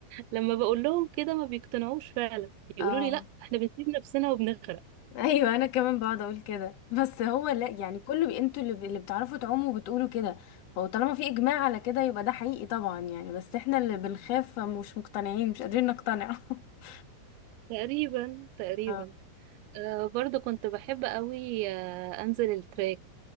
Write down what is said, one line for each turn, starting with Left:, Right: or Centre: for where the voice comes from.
Right: لما بقول لهم كده ما بيقتنعوش فعلا يقولوا
Left: اه
Right: لي لا احنا بنسيب نفسنا وبنغرق
Left: ايوه انا كمان بقعد اقول كده بس هو لا يعني كله بي- انتوا اللي, اللي بتعرفوا تعوموا وبتقولوا كده فطالما في اجماع على كده يبقى ده حقيقي طبعا يعني بس احنا اللي بنخاف مش مقتنعين مش قادرين نقتنع <laughs>
Right: تقريبا تقريبا
Left: اه
Right: آه برضو كنت بحب قوي آه انزل التراك